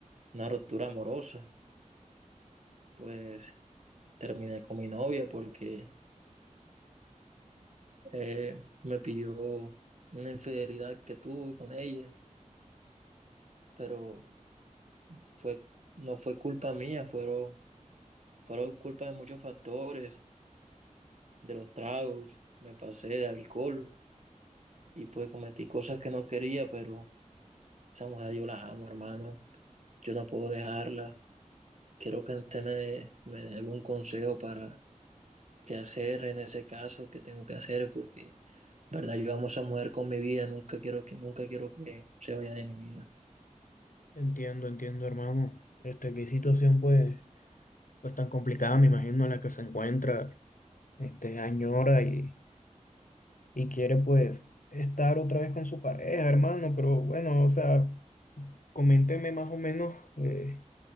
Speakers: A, on the right; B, on the left.
A: una ruptura amorosa. Pues terminé con mi novia porque eh, me pidió una infidelidad que tuve con ella, pero fue, no fue culpa mía, fueron, fueron culpa de muchos factores, de los tragos, me pasé de alcohol y pues cometí cosas que no quería, pero esa mujer yo la amo, hermano. Yo no puedo dejarla. Quiero que usted me dé, me dé algún consejo para qué hacer en ese caso, qué tengo que hacer, porque, verdad, yo amo a esa mujer con mi vida, nunca quiero que, nunca quiero que se vaya de mi vida.
B: Entiendo, entiendo, hermano. Este, qué situación, pues, pues tan complicada, me imagino, en la que se encuentra, este, añora y, y quiere, pues, estar otra vez con su pareja, hermano, pero bueno, o sea, coménteme más o menos. eh,